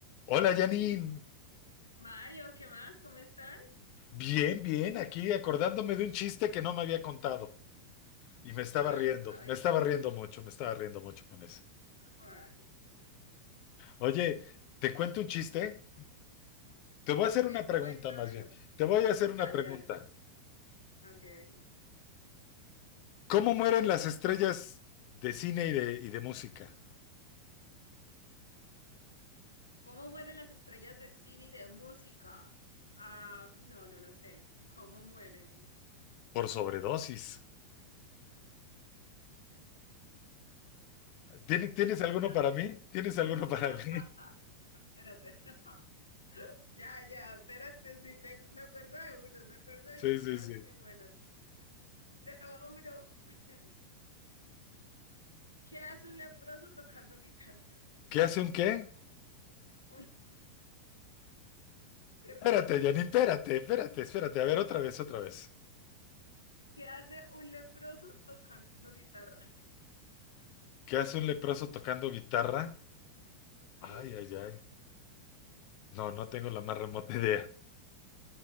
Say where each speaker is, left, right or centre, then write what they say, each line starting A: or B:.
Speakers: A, on the left; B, on the left.
A: Hola Janine,
B: Mario, ¿qué más? ¿Cómo estás?
A: bien, bien, aquí acordándome de un chiste que no me había contado y me estaba
B: Ay,
A: riendo,
B: a ver,
A: me estaba riendo mucho, me estaba riendo mucho con ese.
B: ¿cuál?
A: Oye, ¿te cuento un chiste? Te voy a hacer
B: Ok,
A: una pregunta
B: cuéntamelo.
A: más bien, te voy a hacer una
B: Dale,
A: pregunta.
B: dale. Ok.
A: ¿Cómo mueren las estrellas de cine y de, y de música?
B: ¿Cómo mueren las estrellas de cine y de música? Ah, no, no lo sé. ¿Cómo mueren?
A: Por sobredosis. ¿Tien- ¿Tienes alguno
B: No.
A: para mí? ¿Tienes alguno para
B: <laughs>
A: mí?
B: Espérate, no. Ya, ya, espérate, sí, te- me acuerdo de unos, me acuerdo
A: <laughs>
B: de
A: Sí,
B: un
A: sí,
B: par
A: sí.
B: muy buenos. Tengo uno. <laughs> ¿Qué hace un leproso tocando guitarra? <laughs>
A: ¿Qué hace un qué?
B: Un- perdón.
A: Espérate, Janine, espérate, espérate, espérate. A ver, otra vez, otra vez.
B: ¿Qué hace un leproso tocando guitarra?
A: ¿Qué hace un leproso tocando guitarra?
B: Sí.
A: Ay, ay, ay. No, no tengo la más remota idea.